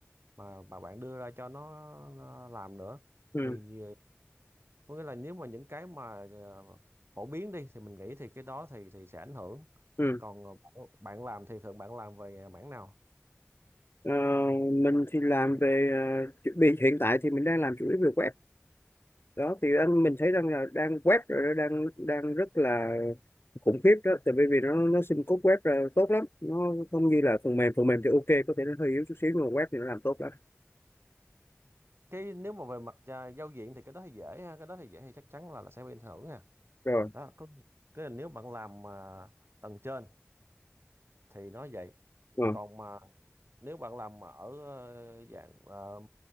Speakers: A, on the right; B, on the left.
A: mà bà bạn đưa ra cho nó, nó làm nữa
B: ừ,
A: thì à, có nghĩa là nếu mà những cái mà à, phổ biến đi thì mình nghĩ thì cái đó thì thì sẽ ảnh hưởng
B: ừ.
A: còn à, bạn bạn làm thì thường bạn làm về mảng nào
B: Ờ, mình thì làm về ờ, chuẩn bị hiện tại thì mình đang làm chủ yếu về web đó thì anh mình thấy đang là đang web rồi đó, đang đang rất là khủng khiếp đó tại vì vì nó nó xin code web là tốt lắm nó không như là phần mềm phần mềm thì ok có thể nó hơi yếu chút xíu nhưng mà web thì nó làm tốt lắm
A: cái nếu mà về mặt à, giao diện thì cái đó thì dễ ha cái đó thì dễ thì chắc chắn là là sẽ bị ảnh hưởng ha
B: rồi
A: đó có cái là nếu bạn làm mà tầng trên thì nó vậy
B: ờ.
A: còn mà nếu bạn làm mà ở ờ, dạng ờ,